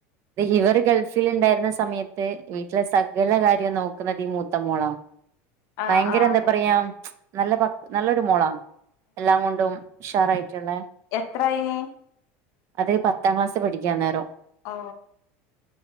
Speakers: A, on the right; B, on the left.
A: ഇവർ ഗൾഫിൽ ഉണ്ടായിരുന്ന സമയത്ത് വീട്ടിലെ സകല കാര്യം നോക്കുന്നത് ഈ മൂത്ത മോളാ
B: <inaudible>
A: ഭയങ്കര
B: ആഹ്
A: എന്താ പറയാ നല്ല പ നല്ലൊരു മോളാ എല്ലാം കൊണ്ടും ഉഷാറായിട്ടുള്ള
B: എത്ര ആയി
A: അത് പത്താം ക്ലാസ് പഠിക്കുവാ അന്നേരം
B: ഓ